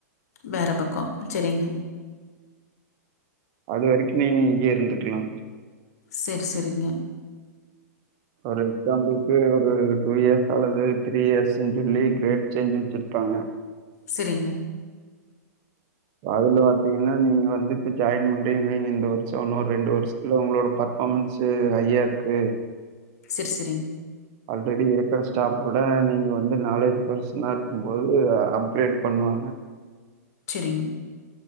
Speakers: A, on the left; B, on the right.
A: வேற பக்கோ சரிங்க
B: அது வரைக்குமே இங்கேயே இருந்துக்குலா
A: செர் செரிங்க
B: ஒரு எக்ஸாம்பிள்க்கு ஒரு டூ இயர்ஸ் அல்லது த்ரீ இயர்ஸுன் சொல்லி கிரேட் சேஞ்சுன் சொல்லி காங்க
A: செரிங்க
B: அதுல பாத்தீங்கன்னா நீங்க வந்துட்டு ஜாயின் பண்றீீங்க இந்த வருஷோ ஒன்னோரு ரெண்டு வருஷத்துல உங்களோட ப அக்கவுண்ட்சு ஹையா இருக்கு
A: செர் செரிங்க
B: ஆல்ரெடி இருக்குற ஸ்டாஃப் விட நீங்க வந்து நாலேஜ் பர்சனா இருக்கும்போது அப்கிரேட் பண்ணுவாங்க
A: செரிங்